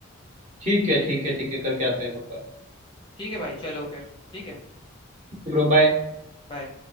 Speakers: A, on the right; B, on the left.
A: ठीक है ठीक है ठीक है करके आते हैं पक्का
B: ठीक है भाई चलो फिर ठीक है
A: Bro bye
B: बाय